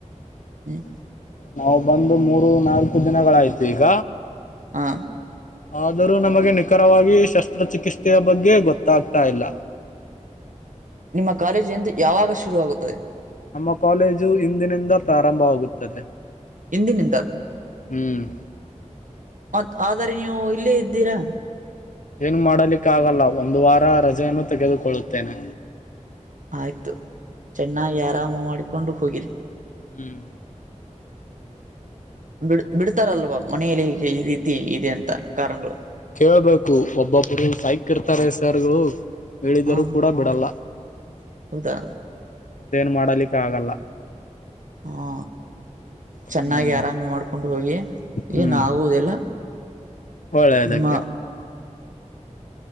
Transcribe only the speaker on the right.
ಹ್ಮ್
ಹಾ
ನಿಮ್ಮ ಕಾಲೇಜ್ ಎಂದು ಯಾವಾಗ ಶುರುವಾಗುತ್ತದೆ
ಇಂದಿನಿಂದ
ಮತ್ತ್ ಆದರೆ ನೀವು ಇಲ್ಲೇ ಇದ್ದೀರಾ
ಆಯ್ತು ಚೆನ್ನಾಗಿ ಆರಾಮ ಮಾಡಿಕೊಂಡು ಹೋಗಿರಿ
ಬಿಡ್ ಬಿಡ್ತಾರಲ್ವಾ ಮನೆಯಲ್ಲಿ ಹೀಗೆ ಈ ರೀತಿ ಇದೆ ಅಂತ ಕಾರಣಗಳು
ಹಾ
ಹೌದಾ
ಹಾ ಚೆನ್ನಾಗಿ
ಆರಾಮಿ ಮಾಡ್ಕೊಂಡು ಹೋಗಿ
ಏನ್ ಆಗುವದೆಲ್ಲ
ನಿಮ್ಮ